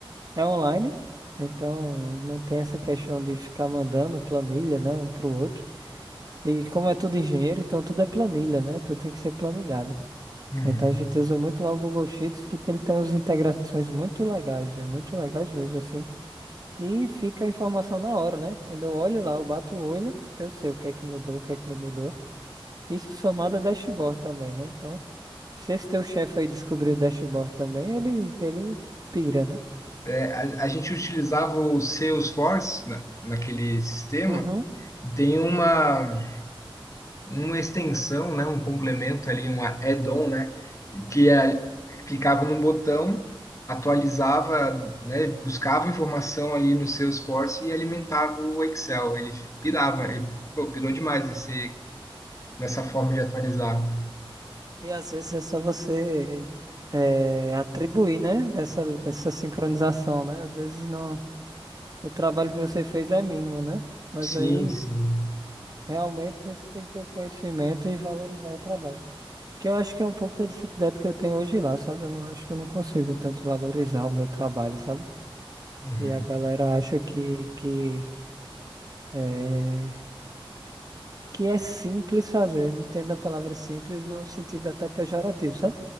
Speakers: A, on the right; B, on the left.
A: é online, então não tem essa questão de ficar mandando planilha, né, um pro outro. E como é tudo engenheiro, então tudo é planilha, né? Tudo tem que ser planilhado.
B: Uhum.
A: Então a gente usa muito lá o Google Sheets, que ele tem umas integrações muito legais, véio, muito legais mesmo assim. E fica a informação na hora, né? Quando eu olho lá, eu bato o olho, eu sei o que é que mudou, o que é que não mudou. Isso somado a dashboard também, né? Então, se esse teu chefe aí descobrir o dashboard também, ele, ele pira, né?
B: É, a, a gente utilizava o Salesforce na, naquele sistema
A: Uhum.
B: e tem uma. uma extensão, né, um complemento ali, um add-on, né, que é, clicava num botão, atualizava, né, buscava informação ali no Salesforce e alimentava o Excel. Ele pirava, ele, pô, pirou demais esse, nessa forma de atualizar.
A: E às vezes é só você eh, atribuir, né? Essa, essa sincronização, né? Às vezes não, o trabalho que você fez é mínimo, né? Mas
B: Sim,
A: aí
B: sim.
A: realmente você tem que ter o conhecimento e valorizar o trabalho. Que eu acho que é um pouco da dificuldade que eu tenho hoje lá, sabe? Eu não acho que eu não consigo tanto valorizar o meu trabalho, sabe?
B: Uhum.
A: E a galera acha que, que, é que é simples fazer. Entendo a palavra simples no sentido até pejorativo, sabe?